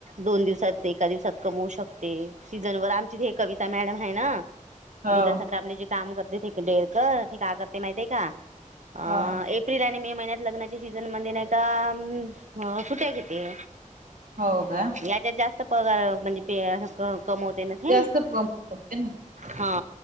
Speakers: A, on the right; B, on the right.
A: दोन दिवसात, एका दिवसात कमवू शकते, सीझनवर... आमची ही कविता मॅडम आहे ना
B: हो
A: दिवसभर आपलं जे काम करते ते... डेळकर ते का करते माहितीये का? अ...
B: हा.
A: एक एप्रिल आणि मे महिन्यात लग्नाच्या सीझनमध्ये नाही का सुट्ट्या घेते.
B: हो का?
A: त्याच्यात जास्त पगा म्हणजे ते कमावते ना ते?
B: जास्त कमवू शकते ना
A: हा